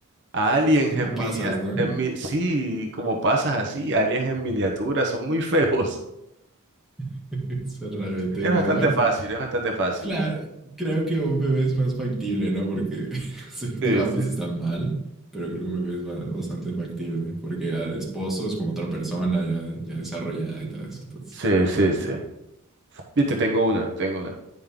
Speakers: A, on the right (about 55°); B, in the centre.
A: aliens
B: Como
A: en
B: pasas,
A: miniatura.
B: ¿no?
A: sí, como pasas así, aliens en miniatura, son muy feos. <laughs>
B: <laughs> Eso Es realmente
A: Es
B: pero
A: bastante
B: Bueno,
A: fácil, es bastante fácil.
B: Claro, creo que un bebé es más factible, ¿no? Porque, <laughs> sí,
A: Sí,
B: digamos,
A: sí.
B: está mal, pero creo que un bebé es bastante factible, porque ya esposo es como otra persona ya, ya desarrollada y todo eso. Entonces,
A: Sí, sí, sí. Bien, te tengo una, te tengo una.